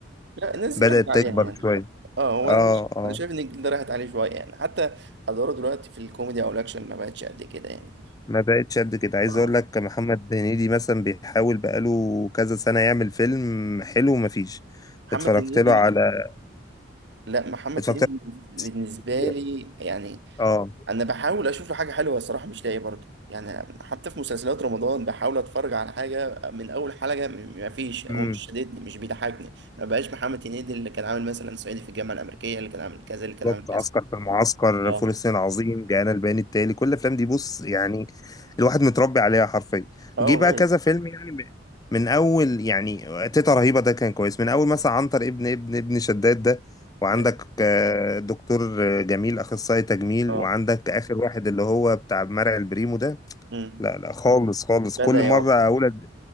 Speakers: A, on the right (about 65°); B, on the left (about 20°).
A: لا الناس
B: بدأت
A: دي راحت عليها
B: تكبر
A: يعني
B: شويه
A: اه هو
B: اه
A: انا ش-
B: اه
A: أنا شايف ان الجيل ده راحت عليه شويه يعني حتى ادواره دلوقتي في الكوميدي او الاكشن ما بقتش قد كده يعني
B: ما بقتش قد كده عايز
A: اه
B: اقول لك محمد هنيدي مثلا بيحاول بقاله كذا سنه يعمل فيلم حلو مفيش
A: محمد
B: اتفرجت
A: هنيدي
B: له على
A: لا محمد
B: اتفرجت
A: هنيدي بالنسبه
B: له
A: لي يعني
B: اه
A: انا بحاول اشوف له حاجه حلوه الصراحه مش لاقي برضه يعني حتى في مسلسلات رمضان بحاول اتفرج على حاجه من اول حلقه م- ما فيش هو
B: امم
A: مش شاددني مش بيضحكني ما بقاش محمد هنيدي اللي كان عامل مثلا صعيدي في الجامعه الامريكيه اللي كان عامل كذا اللي كان
B: بالظبط
A: عامل كذا
B: عسكر في المعسكر
A: اه
B: فول الصين العظيم جاءنا البيان التالي كل الافلام دي بص يعني الواحد متربي عليها حرفيا
A: اه
B: جه
A: والله
B: بقى كذا فيلم يعني م- من اول يعني تيتا رهيبه ده كان كويس من اول مثلا عنتر ابن ابن ابن شداد ده وعندك
A: ده
B: آه، دكتور آه، جميل اخصائي تجميل
A: اه
B: وعندك اخر واحد اللي هو بتاع مرعي البريمو ده
A: مم.
B: لا لا خالص خالص
A: بدأ
B: كل مره
A: يعق
B: اقول أد-